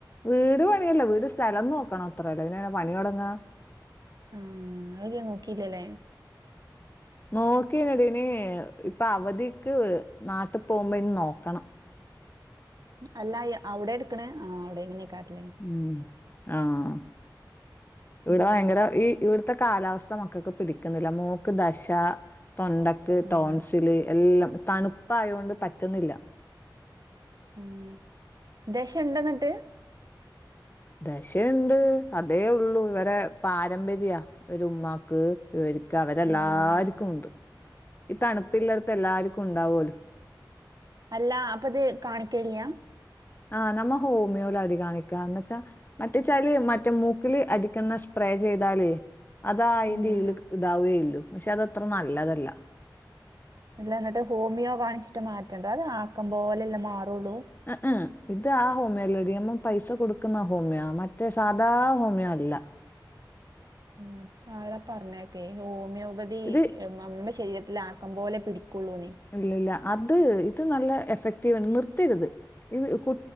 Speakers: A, on the left; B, on the right.
A: വീട് പണിയല്ലാ വീട് സ്ഥലം നോക്കണം അത്രല്ലോ പിന്നെങ്ങനെ പണി തൊടങ്ങാ
B: ആഹ് അത് വേം നോക്കിയില്ല ലെ
A: നോക്കീനെടീ ഇനീ ഇപ്പൊ അവധിക്ക് നാട്ടിൽ പോകുമ്പോ ഇനി നോക്കണം
B: അല്ല എ അവിടെ എടുക്ക്ണെ ആഹ് അവിടെന്നെക്കാരം ല്ലേ
A: ഉം ആഹ് ഇവിട
B: ഉം
A: ഭയങ്കര ഈ ഇവിടുത്തെ കാലാവസ്ഥ മക്കൾക്ക് പിടിക്കുന്നില്ല മോക്ക് ദശ തൊണ്ടക്ക്
B: ഉം
A: തോൺശ്യല് എല്ലം തണുപ്പായോണ്ട് പറ്റുന്നില്ല
B: ഉം ദശ ഉണ്ട എന്നിട്ട്
A: ദശയുണ്ട് അതേ ഉള്ളു ഇവരെ പാരമ്പര്യ ഒരു ഉമ്മാക്ക് ഇവർ അവരെല്ലാർക്കും
B: ഉം
A: ഉണ്ട് ഈ തണുപ്പില്ലടത്ത എല്ലാർക്കും ഉണ്ടാവൂ ലോ
B: അല്ല അപ്പം അത് കാണിക്കല്ല്യാ
A: ആഹ് നമ്മ ഹോമിയോലാടി കാണിക്ക എന്തച്ചാ മറ്റേച്ചാല് മറ്റേ മൂക്കില് അടിക്കുന്ന സ് പേ സ്പ്രേ ചെയ്താലേ അത് ആ അയ്ന്റെ
B: ഉം
A: ഈല് ഇതാവേള്ളു പക്ഷെ അതത്ര നല്ലതല്ല
B: അല്ല എന്നിട്ട് ഹോമിയോ കാണിച്ചിട്ട് മാറ്റണ്ടോ അത് ആക്കം പോലെല്ലേ മാറുള്ളൂ
A: ഇഹ് ഇഹ്. ഇത് ആ ഹോമിയല്ലെടിയമ്മം പൈസ കൊടുക്കുന്ന ഹോമിയാ മ മറ്റേ സാധാ ഹോമിയ അല്ല
B: ആഹ് അ ആരാ പറഞ്ഞക്കെ ഹോമിയോപതി
A: ഇത്
B: നമ്മ ശരീരത്തില ആക്കം പോലെ പിടിക്കൊള്ളൂന്ന്
A: ഇല്ല ഇല്ല അത് ഇത് നല്ല എഫക്റ്റീവണ് ആണ് നിർത്തരുത് ഇത് കു